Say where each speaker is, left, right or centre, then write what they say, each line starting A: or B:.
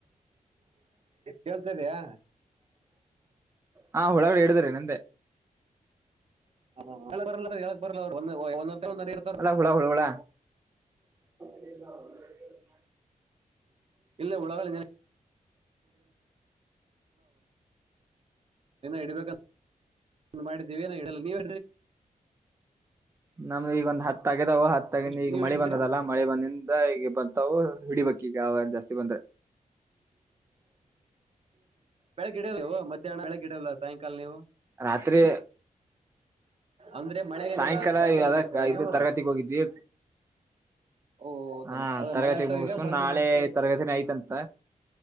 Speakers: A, on the right; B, on the right.
A: ಕೇಳ್ತಾ ಇದೆಯಾ
B: ಹಾ ಒಳಗಡೆ ಹಡಿದ್ರ ನಂದೆ.
A: <unintelligible>
B: ಹುಳಾ ಹುಳಾ <inaudible>
A: ಇಲ್ಲ ಹುಳುಗಳ ಇಡಿ ಬೇಕು ಅಂತಾ ಮಾಡಿದ್ದೀವಿ ಏಡಲ್ಲ ನೀವು
B: ನಮ್ದ ಈಗ ಒಂದು ಹತ್ತಗದಾವ ಹತ್ತಗಂದ
A: ಎಷ್ಟ್
B: ಈಗ
A: ನೀವ್
B: ಮಳಿ
A: ಎಷ್ಟ್ ಹಿಡಿದಿರಾ
B: ಬಂದದಲ್ಲಾ. ಮಳೆ ಬಂದಿಂದ ಈಗ ಬತಾವು ಹಿಡಿಬೇಕಕ್ ಈಗ ಅವ ಜಾಸ್ತಿ ಬಂದ್ರೆ
A: ಬೆಳೆ ಗಿಡೋವ ಮ್ಯಾಹ್ನಳೆ ಗಿಡೋಲ್ಲ ಸಾಯಂಕಾಲ ನೀವು
B: ರಾತ್ರಿ
A: ಅಂದ್ರೆ ಮಳೆಗೆ
B: ಸಾಯಂಕಾಲ
A: ಇದೆಲ್ಲ ಬರ್ತಾವ ಅಂತ
B: ಅದಕ್
A: ಹೇಳ್ತೀರಾ
B: ಇದು
A: ನೀವು
B: ತರಗತಿಗ್ ಹೋಗಿದ್ವಿ
A: ಓ ಓ, ಓ,
B: ಹಾ
A: ಅದ
B: ತರಗತಿ
A: ಮಳೆ ಆಗ್ತಾವ
B: ಮುಗಸ್ಕೊಂಡು
A: ಈಗ ಬಂದ್ರೆ
B: ನಾಳೆ ತರಗತಿನ ಐ್ತಂತ